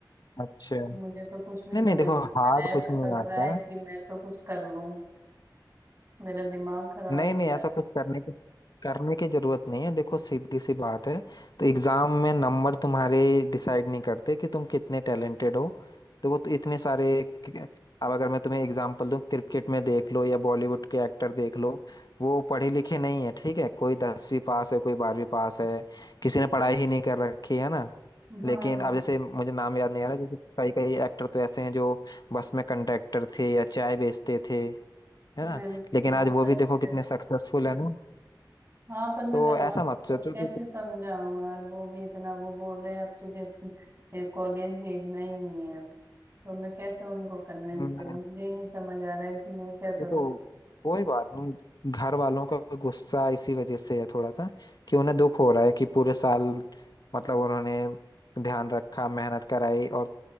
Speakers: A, on the left; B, on the right.
A: अच्छा नहीं
B: मुझे तो कुछ भी समझ
A: नहीं देखो
B: नहीं
A: हार्ड
B: आ रहा है ऐसा
A: कुछ नहीं
B: लग
A: आता
B: रहा है कि मैं तो कुछ कर लूं मेरा दिमाग खराब
A: नहीं
B: हो
A: नहीं
B: रहा
A: ऐसा कुछ करने की करने की जरूरत नहीं है देखो सीधी सी बात है तो एग्जाम में नंबर तुम्हारे डिसाइड नहीं करते कि तुम कितने टैलेंटेड हो देखो तो इतने सारे अब अगर मैं तुम्हें एग्जांपल दूं क्रिकेट में देख लो या बॉलीवुड के एक्टर देख लो वो पढ़े लिखे नहीं है ठीक है कोई दसवीं पास है कोई बारहवीं पास है किसी ने पढ़ाई ही नहीं कर रखी है ना
B: है हाँ
A: लेकिन
B: बिल,
A: अब जैसे मुझे नाम याद नहीं आ रहा जैसे कई कई एक्टर तो ऐसे हैं जो बस में कंडक्टर थे या चाय बेचते थे है ना
B: बिल
A: लेकिन
B: हाँ
A: आज
B: सही
A: वो भी
B: कह
A: देखो कितने
B: रहे हो
A: सक्सेसफुल है ना
B: हाँ पर मैं
A: तो
B: घर वालों
A: ऐसा मत सोचो
B: को कैसे
A: कि कुछ-
B: समझाऊं यार वो भी इतना वो बोल रहे हैं अब तुझे कॉलेज भेजना ही नहीं है अब तो मैं कैसे उनको कन्विंस
A: मैं
B: करूं मुझे ही नहीं समझ आ रहा है कि मैं क्या
A: देखो
B: करूं
A: कोई बात नहीं घर वालों का गुस्सा इसी वजह से है थोड़ा सा कि उन्हें दुख हो रहा है कि पूरे साल मतलब उन्होंने ध्यान रखा मेहनत कराई और